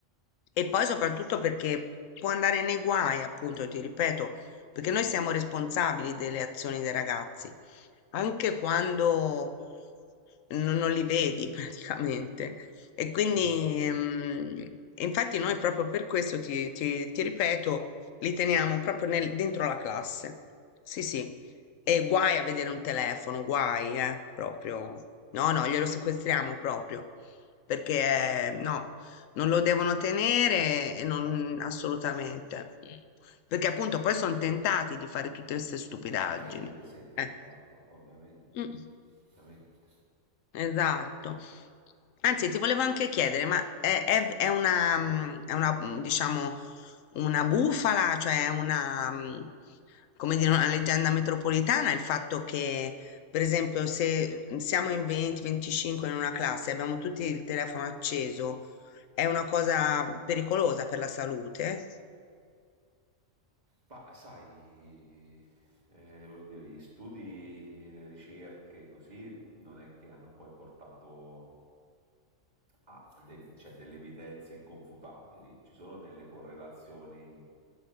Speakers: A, on the left; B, on the right.
A: e poi soprattutto perché può andare nei guai, appunto, ti ripeto, perché noi siamo responsabili delle azioni dei ragazzi, anche quando non, non li vedi <laughs> praticamente. E quindi,
B: eh, sì.
A: mm, infatti noi proprio per questo ti, ti- ti ripeto, li teniamo proprio nel- dentro la classe. Sì, sì. E guai a vedere un telefono, guai, eh, proprio. No, no, glielo sequestriamo proprio. Perché eh, no, non lo devono tenere e non assolutamente. Perché appunto poi sono tentati di fare tutte queste stupidaggini.
B: Certo che sei tentato,
A: Eh.
B: ovviamente.
A: Mm.
B: ovviamente.
A: Esatto. Anzi, ti volevo anche chiedere, ma è, è- è una, mm, è una, mm, diciamo, una bufala, cioè una, mm, come dire, una leggenda metropolitana, il fatto che, per esempio, se siamo in 20, 25 in una classe e abbiamo tutti il telefono acceso, è una cosa pericolosa per la salute?
B: Ma sai, eh, voglio dire, gli studi, le ricerche, così, non è che hanno poi portato ha del- cioè, delle evidenze inconfutabili, ci sono delle correlazioni,